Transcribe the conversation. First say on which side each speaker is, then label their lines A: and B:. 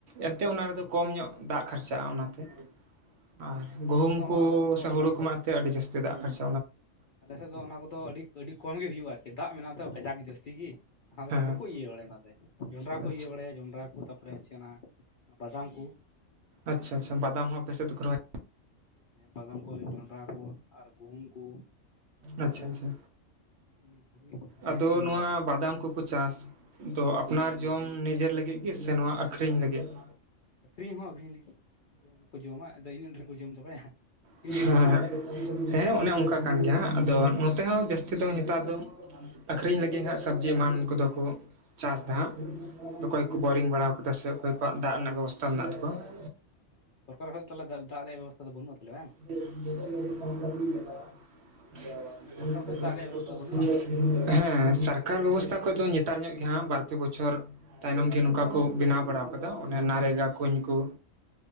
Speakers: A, on the right; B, on the left.
A: ᱮᱱᱛᱮᱜ ᱚᱱᱟ
B: ᱚ
A: ᱨᱮᱫᱚ ᱠᱚᱢ ᱧᱚᱜ ᱫᱟᱜ ᱠᱷᱚᱨᱪᱟᱜᱼᱟ ᱚᱱᱟᱛᱮ ᱟᱨ
B: ᱟᱞᱮ
A: ᱜᱩᱦᱩᱢ
B: ᱥᱮᱫ ᱫᱚ
A: ᱠᱚ
B: ᱟᱞᱮ ᱥᱮᱫ ᱫᱚ
A: ᱥᱮ ᱦᱩᱲᱩ
B: ᱚᱱᱟ ᱠᱚᱫᱚ
A: ᱠᱚᱢᱟ ᱮᱱᱛᱮ ᱟᱹᱰᱤ ᱡᱟᱥᱛᱤ ᱫᱟᱜ ᱠᱷᱚᱨᱪᱟ
B: ᱟᱞᱮ ᱥᱮᱫ ᱫᱚ ᱚᱱᱟ ᱠᱚᱫᱚ ᱟᱹᱰᱤ ᱟᱹᱰᱤ ᱠᱚᱢ ᱜᱮᱮ ᱦᱩᱭᱩᱜᱼᱟ ᱟᱨᱠᱤ ᱫᱟᱜ ᱢᱮᱱᱟᱜᱼᱟ ᱛᱮ ᱵᱷᱟᱡᱟ ᱜᱮ ᱡᱟᱹᱥᱛᱤ ᱜᱮ ᱟ
A: ᱦᱮᱸ
B: ᱫᱚ ᱵᱠᱚ ᱤᱭᱟᱹ ᱵᱟᱲᱟ ᱚᱱᱟᱛᱮᱹ ᱡᱚᱸᱰᱨᱟ ᱠᱚ
A: ᱟᱪᱪᱷᱟ
B: ᱤᱭᱟᱹ ᱵᱟᱲᱟᱭᱟ ᱡᱚᱱᱰᱨᱟ ᱠᱚ ᱛᱟᱨᱯᱚᱨᱮ ᱦᱪᱮ ᱵᱟᱫᱟᱢ ᱠᱚ
A: ᱟᱪᱪᱷᱟᱪᱷᱟ ᱵᱟᱫᱟᱢ ᱦᱚᱸᱯ ᱥᱮᱫ ᱫᱚ ᱠᱚ ᱨᱚᱦᱥᱭᱟ
B: ᱦᱮᱸ ᱵᱟᱫᱟᱢ ᱠᱚ ᱡᱚᱱᱰᱨᱟ ᱠᱚ ᱟᱨ ᱜᱩᱦᱩᱢ ᱠᱚ ᱛᱩᱲᱤ
A: ᱟᱪᱪᱷᱟ
B: ᱠᱚ
A: ᱟᱪᱪᱷᱟ
B: ᱤᱱᱟᱹ ᱠᱚᱜᱮ ᱡᱟᱹᱥᱛᱤ
A: ᱟᱫᱚ
B: ᱦᱩᱭᱩᱜᱼᱟ
A: ᱱᱚᱣᱟ
B: ᱟᱨᱠᱤ
A: ᱵᱟᱫᱟᱢ ᱠᱚ ᱠᱚ ᱪᱟᱥ ᱫᱚ ᱟᱯᱱᱟᱨ ᱡᱚᱢ ᱱᱤᱡᱮᱨ ᱞᱟᱹᱜᱤᱫ ᱜᱮ ᱥᱮ ᱱᱚᱣᱟ ᱟᱠᱷᱨᱤᱧ ᱞᱟᱹᱜᱤᱫ ᱾
B: ᱟᱹᱠᱷᱨᱤᱧ ᱦᱚᱸ ᱟᱹᱠᱷᱨᱤᱧ ᱞᱟᱹᱜᱤᱫ ᱡᱚᱢᱠᱚ ᱡᱚᱢᱟ ᱟᱫᱚ ᱤᱱᱟᱹᱜ ᱰᱷᱮᱨᱠᱚ ᱡᱚᱢ ᱛᱟᱠᱟᱭᱟ ᱟᱠᱨᱤᱧ
A: ᱦᱮᱸ
B: ᱦᱚᱸᱠᱚ ᱟᱹᱠᱷᱨᱤᱧᱟ᱾
A: ᱦᱮᱸ ᱚᱱᱮ ᱚᱱᱠᱟ ᱠᱟᱱ ᱜᱮᱭᱟ ᱦᱟᱸ ᱟᱫᱚ ᱱᱚᱛᱮ ᱦᱚᱸ ᱡᱟᱹᱥᱛᱤ ᱫᱚ ᱱᱮᱛᱟᱨ ᱫᱚ ᱟᱹᱠᱷᱨᱤᱧ ᱞᱟᱹᱜᱤᱫ ᱦᱟᱸᱜ ᱥᱚᱵᱽᱡᱤ ᱮᱢᱟᱱ ᱠᱚᱫᱚ ᱠᱚ ᱪᱟᱥ ᱫᱚ ᱦᱜ ᱚᱠᱚᱭ ᱠᱚ ᱵᱳᱨᱤᱝ ᱵᱟᱲᱟ ᱟᱠᱟᱫᱟ ᱥᱮ ᱚᱠᱚᱭ ᱠᱚᱣᱟᱜ ᱫᱟᱜ ᱨᱮᱱᱟᱜ ᱵᱮᱵᱚᱥᱛᱟ ᱢᱮᱱᱟᱜ ᱛᱟᱠᱚᱣᱟ <inaudible>
B: ᱥᱚᱨᱠᱟᱨ ᱠᱷᱚᱡ ᱫᱚ ᱛᱟᱞᱦᱮ ᱫᱟᱜ ᱨᱮᱭᱟᱜ ᱵᱮᱵᱚᱥᱛᱷᱟ ᱫᱚ ᱵᱟᱹᱱᱩᱜᱼᱟ ᱛᱟᱞᱦᱮ ᱵᱟᱝ?
A: <inaudible>
B: ᱢᱟᱱᱮ ᱥᱚᱨᱠᱟᱨ ᱠᱷᱚᱡ ᱫᱟᱜ ᱨᱮᱭᱟᱜ ᱵᱮᱵᱚᱥᱛᱷᱟ ᱫᱚ ᱵᱟᱹᱱᱩᱜᱼᱟ
A: ᱦᱮᱸ ᱥᱚᱨᱠᱟᱨ ᱵᱮᱵᱚᱥᱛᱷᱟ ᱠᱷᱚᱡ ᱫᱚ ᱧᱮᱛᱟᱨ ᱧᱚᱜ ᱜᱮ ᱦᱟᱸᱜ ᱵᱟᱨ ᱯᱮ ᱵᱚᱪᱷᱚᱨ ᱛᱟᱭᱱᱚᱢ ᱜᱮ ᱱᱚᱝᱠᱟ ᱠᱚ ᱵᱮᱱᱟᱣ ᱵᱟᱲᱟᱣ ᱠᱟᱫᱟ ᱚᱱᱮ ᱱᱟᱨᱮᱜᱟ ᱠᱩᱧ ᱠᱚ